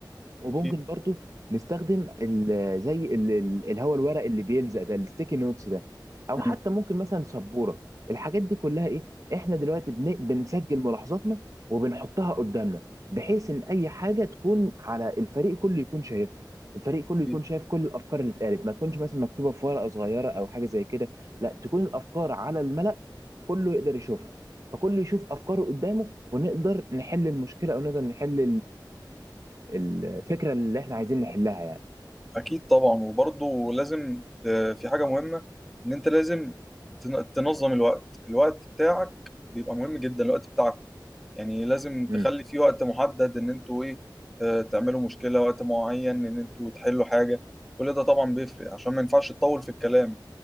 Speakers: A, on the right; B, in the centre.
A: وممكن
B: أكيد.
A: برضو نستخدم ال- زي ال- ال- الهواء الورق اللي بيلزق ده الستيكي نوتس ده او
B: امم
A: حتى ممكن مثلا سبوره الحاجات دي كلها ايه احنا دلوقتي بن- بنسجل ملاحظاتنا وبنحطها قدامنا بحيث ان اي حاجه تكون على الفريق كله يكون شايفها الفريق كله
B: اكيد
A: يكون شايف كل الافكار اللي اتقالت ما تكونش مثلا مكتوبه في ورقه صغيره او حاجه زي كده لا تكون الافكار على الملأ كله يقدر يشوفها فكله يشوف افكاره قدامه ونقدر نحل المشكله او نقدر نحل الفكره اللي احنا عايزين نحلها يعني
B: أكيد طبعا وبرضه لازم آه، في حاجه مهمه ان انت لازم تن- تنظم الوقت الوقت بتاعك بيبقى مهم جدا الوقت بتاعك يعني لازم تخلي
A: امم
B: فيه وقت محدد ان انتوا ايه آه، تعملوا مشكله وقت معين ان انتوا تحلوا حاجه كل ده طبعا بيفرق عشان ما ينفعش تطول في الكلام